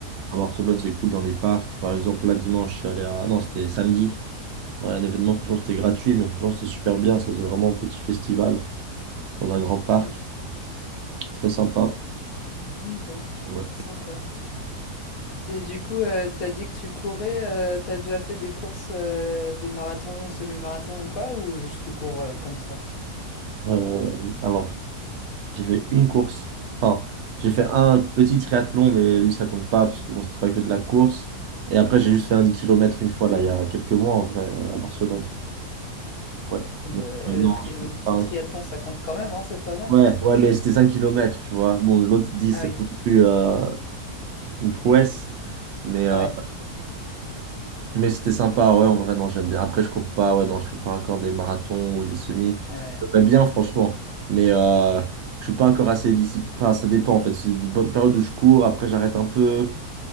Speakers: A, on the right; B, on the left.
A: À
B: Ouais.
A: Barcelone, c'est cool dans des parcs. Par exemple, là, dimanche, je suis allé à. Non, c'était samedi. Pareil, un événement, franchement, c'était gratuit, mais franchement, c'était super bien. Ça faisait vraiment un petit festival dans un grand parc.
B: Hmm.
A: Très sympa.
B: Ok,
A: Ouais.
B: sympa. Et du coup, euh, t'as dit que tu courais, euh, t'as déjà fait des courses, euh, des marathons, semi-marathons ou quoi? Ou juste tu cours euh, comme ça?
A: Euh, alors, j'ai fait une course. Enfin, j'ai fait un petit triathlon, mais lui, ça compte pas parce que bon, c'était pas que de la course. Et après, j'ai juste fait un 10 kilomètres une fois, là, il y a quelques mois, en vrai, euh, à Barcelone. Ouais.
B: Ah Bah,
A: Donc,
B: le,
A: euh, non,
B: tri-
A: je compte
B: le petit
A: pas.
B: triathlon, ça compte quand même, hein, c'est pas mal.
A: ouais, ouais, mais c'était 5 km, tu vois. Bon, l'autre dix
B: Ah
A: c'est
B: oui,
A: pas non plus euh, une prouesse, mais euh,
B: ouais,
A: Mais c'était sympa, ouais, en vrai, non, j'aime bien. Après, je cours pas, ouais, non, je fais pas encore des marathons ou des semis.
B: ouais,
A: J'aimerais bien, franchement. Mais euh, je suis pas encore assez discipliné. Enfin, ça dépend, en fait. C'est une bonne période où je cours, après, j'arrête un peu.